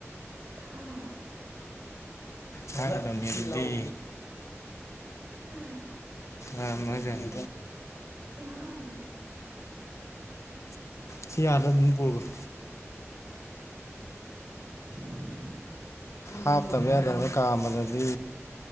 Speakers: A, on the right; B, on the left.
A: ꯊꯥꯎ
B: ꯀꯗ ꯑꯗꯨꯗꯤ
A: ꯍꯥ
B: ꯎꯝ ꯃꯖꯗ
A: ꯀꯌꯥꯅꯣ
B: ꯁꯤ ꯌꯥꯗ ꯑꯗꯨꯝ ꯄꯨꯔꯣꯏ
A: <inaudible>
B: ꯍꯥꯞꯇꯕ ꯌꯥꯗꯕ ꯀꯥꯝꯕꯗꯗꯤ